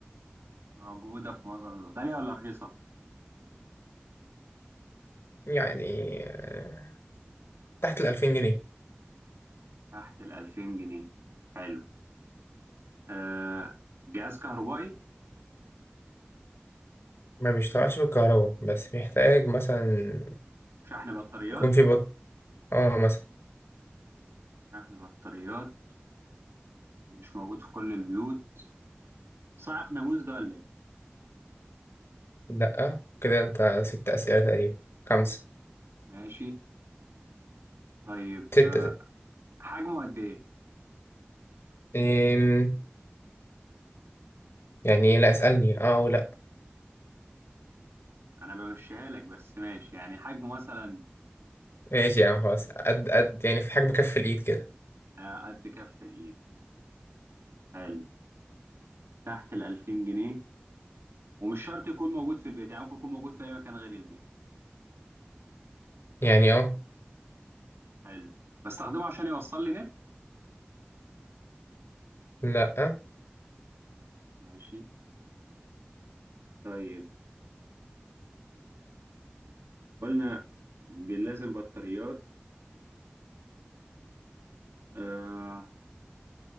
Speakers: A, on the right (about 85°); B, on the left (about 75°).
A: موجوده في معظم الوقت غاليه ولا رخيصه
B: يعني آه، تحت الألفين جنيه
A: تحت ال 2000 جنيه حلو آه جهاز كهربائي
B: ما بيشتغلش بالكهرباء بس بيحتاج مثلا
A: شحن بطاريات
B: يكون في بط اه مثلا
A: شحن بطاريات مش موجود في كل البيوت صاعق ناموس ده ولا ايه
B: لأ كده انت ست أسئلة تقريبا خمسة
A: ماشي طيب
B: ستة
A: آه،
B: ستة
A: حجمه قد ايه
B: إيه يعني إيه؟ لا اسألني اه ولا
A: انا بمشيها لك بس ماشي يعني حجمه مثلا
B: ماشي يا عم خلاص قد قد يعني في حاجة بكف الإيد كده
A: آه، قد كف الايد حلو تحت ال 2000 جنيه ومش شرط يكون موجود في البيت يعني ممكن يكون موجود في اي مكان غير البيت
B: يعني اه
A: حلو بستخدمه عشان يوصل لي نت
B: لأ
A: ماشي طيب قلنا لازم بطاريات آه